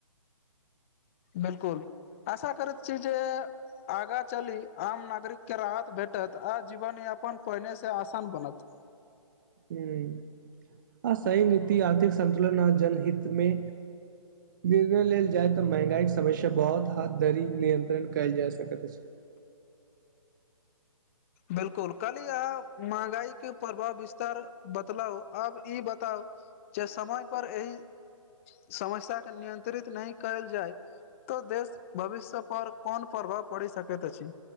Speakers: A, on the left (about 25°); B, on the right (about 35°).
A: बिलकुल आशा करत छी जेे आगाँ चली आम नागरिक के राहत भेटत आ जीवन यापन पहिने से आसान बनत
B: हुं आ सही नीति आर्थिक संतुलन आ जन हितमे निर्णय लेल जाय तऽ महंगाई के समस्या बहुत हाथ धरी नियंत्रण कयल जा सकैत अछि
A: बिलकुल कल यहाँ महगाई के प्रभाव विस्तार बतलाउ आब ई बताउ जे समय पर एहि समस्याके नियन्त्रित नहि कयल जाय त देश भविष्य पर कोन प्रभाव पड़ि सकैत अछि